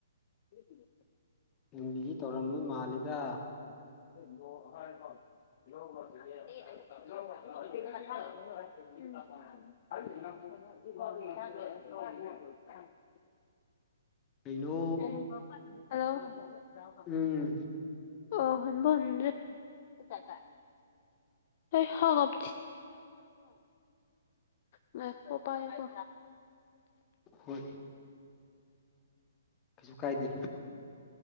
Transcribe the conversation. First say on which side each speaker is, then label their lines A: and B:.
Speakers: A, on the left; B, on the left.
A: <unintelligible>
B: ꯌꯨꯝꯕꯤꯁꯤ ꯇꯧꯔꯝꯕ ꯃꯥꯂꯦꯗ
A: <unintelligible> <unintelligible> <unintelligible>
B: ꯀꯩꯅꯣ
A: ꯎꯝ ꯍꯜꯂꯣ
B: ꯎꯝ
A: <unintelligible> <unintelligible> <unintelligible> ꯉꯥꯏꯈꯣ ꯄꯥꯏꯌꯣꯀꯣ
B: ꯍꯣꯏ ꯀꯁꯨ ꯀꯥꯏꯗꯦ